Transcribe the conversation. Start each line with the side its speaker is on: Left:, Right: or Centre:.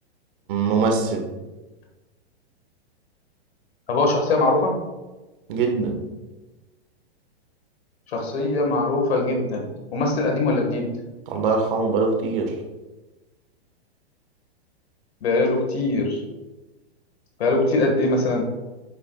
Right: ممثل
Left: طب هو شخصية معروفة
Right: جدا
Left: شخصية معروفة جدا ممثل قديم ولا جديد
Right: الله يرحمه بقاله كتير
Left: بقاله كتير بقاله كتير قد ايه مثلا